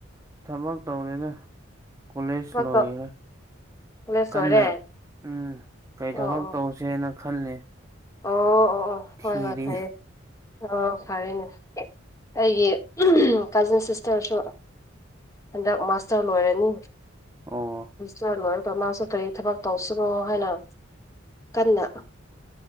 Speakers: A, on the right (about 15°); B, on the left (about 15°).
A: ꯊꯕꯛ ꯇꯧꯅꯤꯅ ꯀꯣꯂꯦꯖ
B: ꯉꯥꯛꯇ
A: ꯂꯣꯏꯔꯦ
B: ꯀꯣꯂꯦꯖ
A: ꯀꯟꯅ
B: ꯂꯣꯏꯔꯦ
A: ꯎꯝ ꯀꯩ
B: ꯑꯣ
A: ꯊꯕꯛ
B: ꯑꯣ
A: ꯇꯧꯁꯦꯅ ꯈꯜꯂꯤ
B: ꯑꯣ ꯑꯣ ꯑꯣ
A: ꯊꯤꯔꯤ
B: ꯍꯣꯏ ꯍꯣꯏ ꯐꯔꯌꯦ ꯑꯣ ꯐꯔꯦꯅꯦ ꯑꯩꯒꯤ ꯀꯖꯤꯟ ꯁꯤꯁꯇꯔꯁꯨ ꯍꯟꯗꯛ ꯃꯥꯁꯇꯔ ꯂꯣꯏꯔꯅꯤ
A: ꯑꯣ
B: ꯃꯥꯁꯇꯔ ꯂꯣꯏ ꯃꯥꯁꯨ ꯀꯔꯤ ꯊꯕꯛ ꯇꯧꯁꯤꯔꯣ ꯍꯥꯏꯅ ꯀꯟꯅ